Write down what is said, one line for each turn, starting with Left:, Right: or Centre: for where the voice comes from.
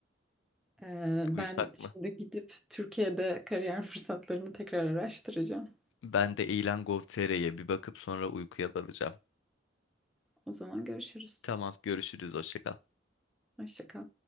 Centre: Ee, ben
Left: Uyusak mı?
Centre: şimdi gidip Türkiye'de kariyer <laughs> fırsatlarını tekrar araştıracağım.
Left: Ben de ilan.gov.tr'ye bir bakıp sonra uykuya dalacağım.
Centre: O zaman görüşürüz.
Left: Tamam, görüşürüz. Hoşça kal.
Centre: Hoşça kal.